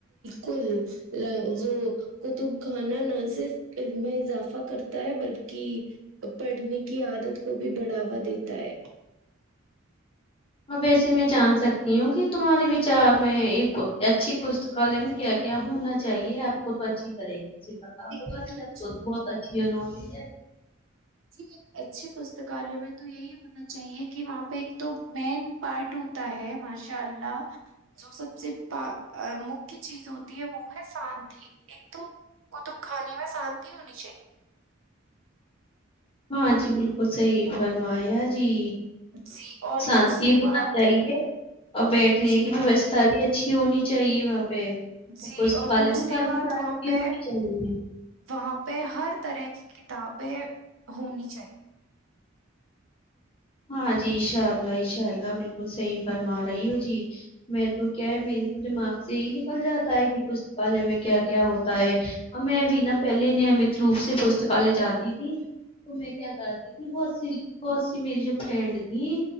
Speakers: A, on the right (about 75°); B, on the left (about 30°).
A: کل جو قتب خانہ نہ صرف علم میں اضافہ کرتا ہے بلکہ پڑھنے کی عادت کو بھی بڑھاوا دیتا ہے
B: ا ویسے میں جان سکتی ہوں کہ تمہارے وچار میں ایک اچھی پستکالیہ میں کیا کیا ہونا چاہیے آپ کو تو اچھی طرح کی ا پتا ہوا با
A: ایک
B: جی
A: اچھا
B: آ کو بہت اچھا یونولی ہے
A: جی ایک اچھی پستک کالے میں تو یہی ہونا چاہیے کہ وہاں پہ ایک تو مین پارٹ ہوتا ہے ماشاء اللہ جو سب سے مکہ چیز ہوتی ہے وہ ہے شانتی ایک تو کطب خانے میں شانتی ہونی چاہیے
B: ہاں جی بالکل صحی فرمایا جی
A: جی اور
B: شانتی
A: دوسری
B: ہونا
A: بات
B: چاہیے اور بیٹھنے
A: جی
B: کی ووستھا بھی ہے اچھی ہونی چاہیے وہاںپ پ
A: جی
B: پستکال
A: اور دوسری
B: میں کرمچاری
A: بات وہاں
B: بھی
A: پہ
B: ہونی چاہےے
A: وہاں پہ ہر طرح کی کتابیں ہونی <unintelligible> چاہیے <unintelligible>
B: ہاں جی انشاء اللہ انشاء اللہ بالکل صحیح فرما رہی ہوں جی میں تو کیا ہے میرے تو دماغ سے ہی نکل جاتا ہے کہ پستکالیہ میں کیا کیا ہوتا ہے اور میں بھی نہ پہلے نیمت روپ سے پستکالیہ جاتی تھی تو میں کیا کرتی تھی بہت سی بہت سی میری جو فرینڈ تھیں